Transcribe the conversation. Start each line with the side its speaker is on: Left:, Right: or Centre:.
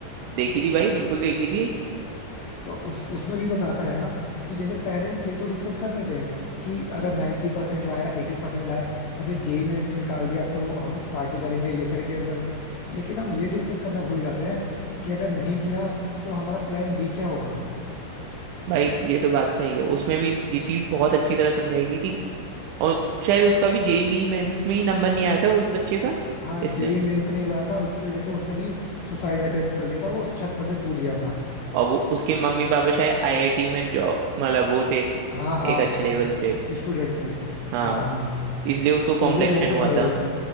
Right: देखी थी भाई बिल्कुल देखी थी
Left: तो उस उसमें भी बताता है ना कि जैसे पेरेंट्स ये तो डिस्कस कर लेते हैं कि अगर 90% परसेंट लाया 80% परसेंट लाया या फिर जेई मेंस निकाल लिया तो हम पार्टी करेंगे ये करेंगे वो करेंगे लेकिन हम ये डिस्कस करना भूल जाते हैं कि अगर नहीं किया तो हमारा प्लान बी क्या होगा
Right: भाई ये तो बात सही है उसमें भी ये चीज़ बहुत अच्छी तरह समझाई गई थी और शायद उसका भी जेईई मेंस में ही नंबर नहीं आया था उस बच्चे का
Left: हाँ
Right: इसलिए
Left: जेई मेंस नहीं हुआ था इसकी वजह से उसने भी सुसाइड अटेम्प्ट कर लिया था वो छत पर से कूद गया था
Right: और वो उसके मम्मी पापा शायद आईआईटी में जॉब मतलब वो थे
Left: हाँ हाँ
Right: एक अच्छे लेवल पे
Left: स्टूडेंट थे
Right: हाँ
Left: हाँ हाँ
Right: इसलिए उसको कॉम्प्लेक्शन
Left: वो भी वहीं से
Right: हुआ
Left: पढ़े हुए
Right: था
Left: थे